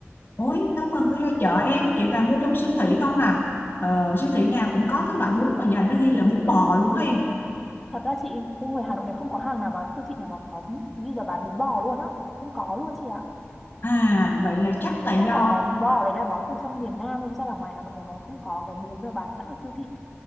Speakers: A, on the left (about 40°); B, in the centre.
A: Ôi, đâu cần phải ra chợ em, chị toàn mua trong siêu thị không à. Ờ, siêu thị nào cũng có cái loại bún mà dành nó ghi là bún bò luôn á em.
B: Thật ra chị, ui ngoài Hà Nội này không có hàng nào mà siêu thị nào mà có ghi là bán bún bò luôn á. Không có luôn chị ạ.
A: À, vậy là chắc là
B: Chắc
A: do...
B: là món bún bò đấy là món từ trong miền Nam, đâm ra là ngoài Hà Nội này nó không có cái bún nào bán sẵn ở siêu thị.